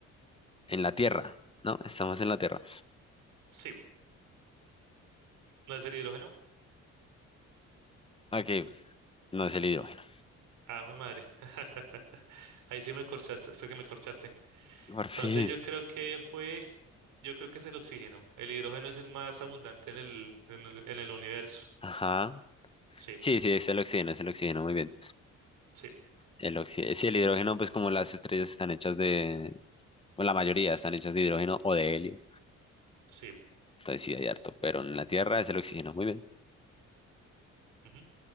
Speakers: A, on the left (about 20°); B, on the right (about 90°).
A: en la Tierra, ¿no? Estamos en la Tierra.
B: sí, no es el hidrógeno.
A: Ok, no es el hidrógeno.
B: Ajo de madre. <laughs> Ahí sí me corchaste, hasta que me corchaste.
A: Por
B: Entonces
A: fin.
B: yo creo que fue, yo creo que es el oxígeno. El hidrógeno es el más abundante en el, en el, en el universo.
A: Ajá.
B: Sí,
A: Sí, sí, es el oxígeno, es el oxígeno, muy bien.
B: sí,
A: El oxi- eh, Sí, el hidrógeno, pues como las estrellas están hechas de, bueno, la mayoría están hechas de hidrógeno o de helio.
B: sí.
A: Entonces sí, hay harto, pero en la Tierra es el oxígeno, muy bien.
B: ujú.